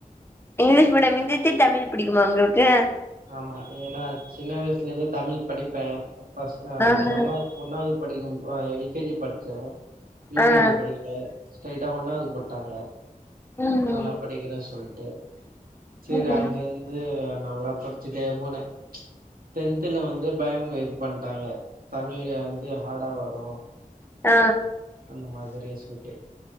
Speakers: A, on the left; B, on the right.
A: இங்கிலீஷ் மீடியம் இன் <unintelligible> தமிழ் பிடிக்கும்மா உங்களுக் ஏ
B: ஆமா ஏனா சின்ன வயசுல இருந்து தமிழ் படிப்பே ஃபஸ் ஆ
A: ஆஹா
B: நா ஒன்னாவது ஒன்னாவது படிக்கும் ஆஹ் எல் கே ஜி படிச்சே யூ
A: ஆ
B: கே ஜி படிக்கல. ஸ்ட்ரைட்டா ஒன்னாவது போட்டாங்க.
A: ம்
B: நல்லா
A: ம்
B: படிக்கிறே சொல்ட்டு. சேரி
A: ம் ம்
B: அங்க இருந்து அ நல்லாப் படிச்சிட்டே போனே டென்த்துல வந்து பயமு பண்டாங்க. தமிழ் வந்து ஹார்டா வரும்.
A: ஆ
B: அந்த மாதிரிய சொல்ட்டு